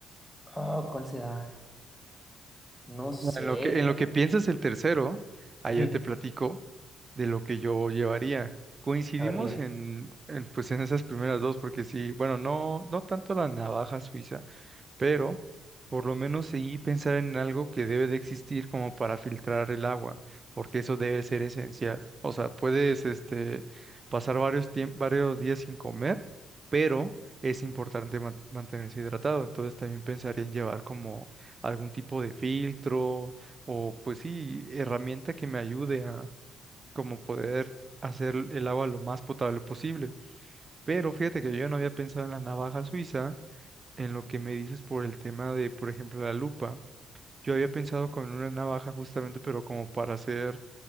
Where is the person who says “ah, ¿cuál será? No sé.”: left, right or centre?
Centre